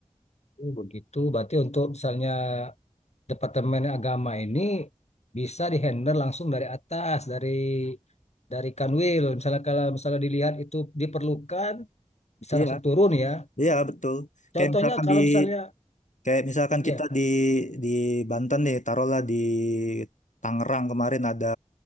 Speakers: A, on the left; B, on the left.
A: Oh, begitu. Berarti untuk misalnya Departemen Agama ini bisa dihandle langsung dari atas, dari dari Kanwil. Misalnya kalau misalnya dilihat itu diperlukan, bisa
B: iya
A: langsung turun ya.
B: iya betul kayak
A: Contohnya
B: misalkan
A: kalau
B: di
A: misalnya
B: kayak misalkan
A: ya
B: kita di di Banten nih taruhlah di Tangerang kemarin ada